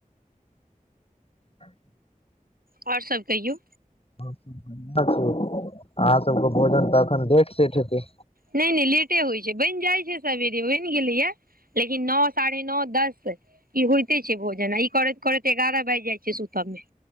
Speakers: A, on the left; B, on the right.
A: अ <inaudible>
B: आओर सब कहियौ।
A: बढ़िआं छै अहाँ सबके भोजन तऽ अखन लेट सेट हेतै।
B: नहि नहि लेटे होइत छै, बनि जाइत छै सेबेरे बनि गेलैया। लेकिन नौ, साढ़े नौ, दस। ई होइते छै भोजन आ ई करैत करैत एगारह बाजि जाइत छै सुतब मे।